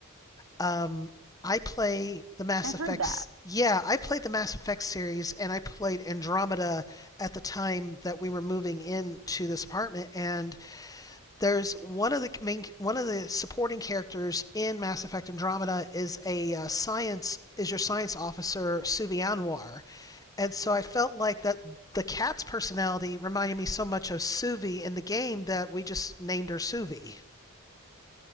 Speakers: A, on the left; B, on the right.
A: Um, I play the Mass
B: I've
A: Effect.
B: heard that.
A: Yeah, I played the Mass Effect series and I played Andromeda at the time that we were moving into this apartment. And there's one of the main, one of the supporting characters in Mass Effect Andromeda is a uh, science is your science officer Suvi Anwar, and so I felt like that the cat's personality reminded me so much of Suvi in the game that we just named her Suvi.